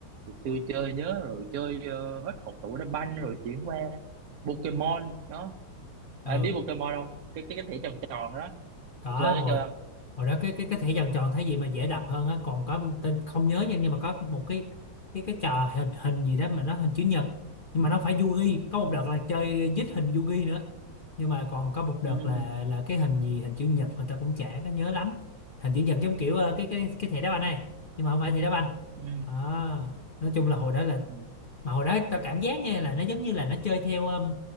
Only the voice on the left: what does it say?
ừ
có
hồi
hồi đó cái cái cái thẻ vòng tròn thấy gì mà dễ đập hơn á còn có tên không nhớ nha nhưng mà có một cái cái cái trò hình hình gì đó mà nó hình chữ nhật nhưng mà nó không phải Yugi có một đợt là chơi dít hình Yugi nữa nhưng mà còn có một đợt
là là cái hình gì hình chữ nhật mà tao cũng chả có nhớ lắm hình chữ nhật giống kiểu ờ, cái cái cái thẻ đá banh này nhưng mà không phải thẻ đá banh
à, nói chung là hồi đó là
mà hồi đó tao cảm giác nha là nó giống như là nó chơi theo um,